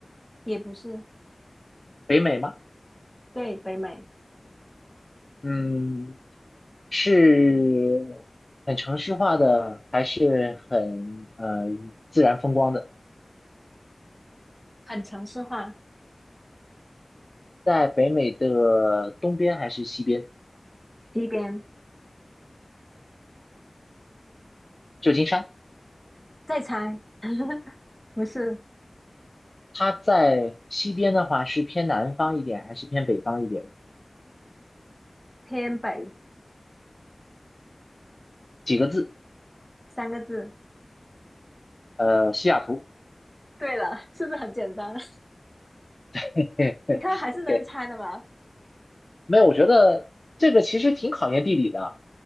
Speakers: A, in the centre; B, on the left.
A: 也不是，
B: 北美吗？
A: 对，北美，
B: 嗯，是很城市化的，还是很呃自然风光的？
A: 很城市化，
B: 在北美的东边还是西边？
A: 西边，
B: 旧金山，
A: 再猜，<laughs> 不是，
B: 它在西边的话是偏南方一点，还是偏北方一点？
A: 偏北，
B: 几个字？
A: 三个字。
B: 呃，西雅图。
A: 对了，是不是很简单？<laughs>
B: <laughs>
A: 你看还是能猜的嘛。
B: OK 没有，我觉得这个其实挺考验地理的啊。
A: 嗯，